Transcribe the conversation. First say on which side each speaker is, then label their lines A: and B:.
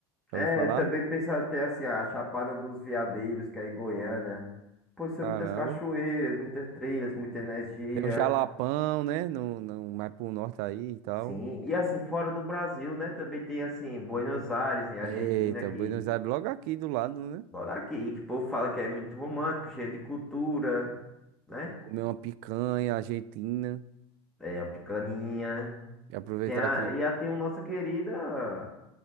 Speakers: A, on the right (about 65°); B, in the centre.
A: já
B: É,
A: ouviu falar?
B: também pensar até assim, a Chapada dos Veadeiros, que é em Goiânia. Pois
A: Caramba.
B: são muitas cachoeiras, muitas trilhas, muita energia.
A: Tem um Jalapão, né? No, no, mais pro norte aí e tal.
B: Sim, e assim, fora do Brasil, né? Também tem assim, Buenos Aires, em Argentina,
A: Eita,
B: que
A: Buenos Aires, logo aqui do lado, né?
B: olha aqui, que o povo fala que é muito romântico, cheio de cultura, né?
A: Comer uma picanha argentina
B: É, a picaninha.
A: e aproveitar
B: Tem a,
A: que.
B: e a, tem a nossa querida